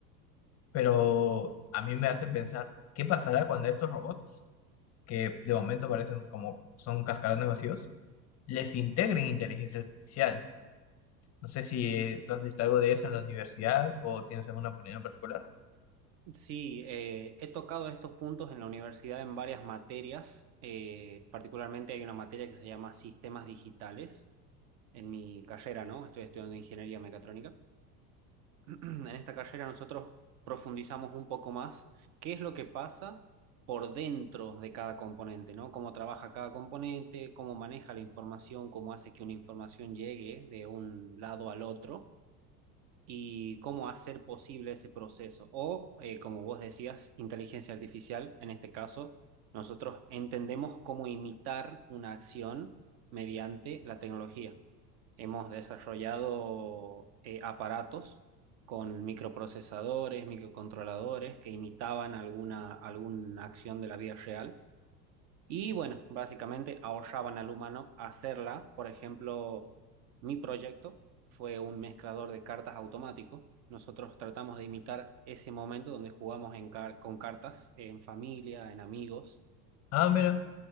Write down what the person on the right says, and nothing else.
Sí, eh, he tocado estos puntos en la universidad en varias materias. Eh, particularmente hay una materia que se llama sistemas digitales en mi carrera, ¿no? Estoy estudiando ingeniería mecatrónica. <clears throat> En esta carrera nosotros profundizamos un poco más qué es lo que pasa por dentro de cada componente, ¿no? Cómo trabaja cada componente, cómo maneja la información, cómo hace que una información llegue de un lado al otro y cómo hacer posible ese proceso. O, eh, como vos decías, inteligencia artificial, en este caso, nosotros entendemos cómo imitar una acción mediante la tecnología. Hemos desarrollado eh, aparatos con microprocesadores, microcontroladores que imitaban alguna, alguna acción de la vida real. Y bueno, básicamente ahorraban al humano hacerla. Por ejemplo, mi proyecto fue un mezclador de cartas automático. Nosotros tratamos de imitar ese momento donde jugamos en car- con cartas en familia, en amigos,